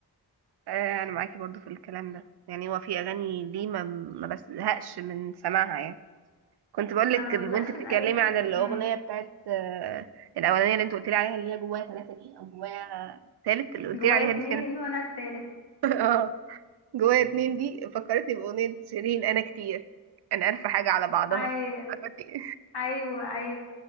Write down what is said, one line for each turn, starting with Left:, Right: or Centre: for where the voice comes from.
Right: آه، انا معاكي برضو في الكلام ده يعني هو في اغاني ليه ما ما بزهقش من سماعها يعني كنت بقول لك
Left: انا ما
Right: وانت
Left: بزقش
Right: بتتكلمي
Left: من اي حاجه
Right: عن الاغنيه
Left: امم
Right: بتاعت آه، الاولانيه اللي انت قلت لي عليها اللي هي جوايا ثلاثه دي او جوايا ثالث اللي قلت
Left: جوايا
Right: لي عليها
Left: اتنين
Right: دي كانت
Left: وانا التالت
Right: <laughs> اه جوايا اتنين دي فكرتني باغنيه شيرين انا كتير انا عارفه حاجه على بعضها
Left: أي-
Right: فكرتني
Left: ايوه ايوه